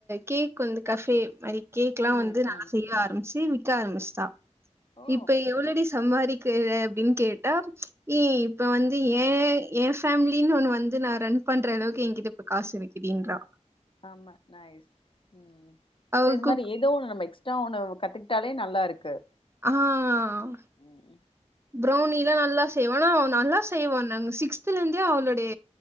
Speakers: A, on the right; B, on the left.
A: கேக் வந்து கஃபே மாரி கேக் லா
B: ம்
A: வந்து நா
B: ம்
A: செய்ய ஆரம்பிச்சு தர மிஸ்தா
B: ஓ
A: இப்ப எவ்ளோடி சம்பாதிக் கிற்ரேப் அப்டின்னு கேட்டா ஏன் இப்ப வந்து ஏன் ஏ ஃபேமிலின்னு ஒண்ணு வந்து நா ரன் பண்ற அளவுக்கு என்கிட்ட இப்ப காசு இருக்குடின்றா
B: ஆமா நயிஸ் ம்
A: அவ
B: இது
A: குக்
B: மாரி ஏதோ ஒன்னு நம்ப எக்ஸ்ப் சிஸ்டம் ஒன்னு கத்துக்கிட்டாலே நல்லா இருக்கு
A: ஆஹ்
B: ம்
A: ப்ரெளனிலா நல்லா செய்வா ஆனா நல்லா செய்வா நாங்க சிக்ஸ்த்லேந்தே அவளுடைய